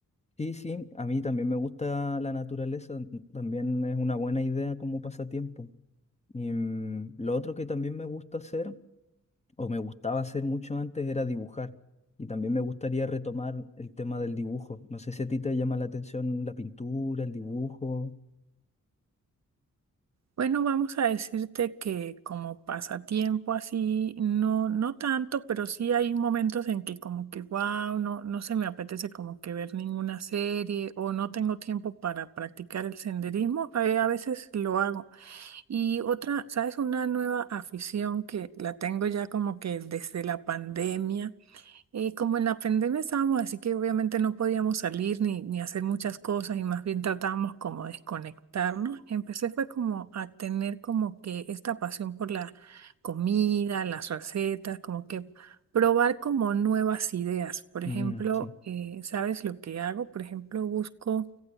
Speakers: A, on the left; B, on the right.
A: Sí, sí, a mí también me gusta la naturaleza, también es una buena idea como pasatiempo. Y mm, lo otro que también me gusta hacer, o me gustaba hacer mucho antes, era dibujar. Y también me gustaría retomar el tema del dibujo. No sé si a ti te llama la atención la pintura, el dibujo.
B: Bueno, vamos a decirte que como pasatiempo así, no, no tanto, pero sí hay momentos en que como que wow, no, no se me apetece como que ver ninguna serie o no tengo tiempo para practicar el senderismo. eh, A veces lo hago. Y otra, ¿sabes? Una nueva afición que la tengo ya como que desde la pandemia. Eh, como en la pandemia estábamos, así que obviamente no podíamos salir ni, ni hacer muchas cosas y más bien tratábamos como de desconectarnos. Empecé fue como a tener como que esta pasión por la comida, las recetas, como que probar como nuevas ideas. Por
A: Mm,
B: ejemplo,
A: sí.
B: eh, ¿sabes lo que hago? Por ejemplo, busco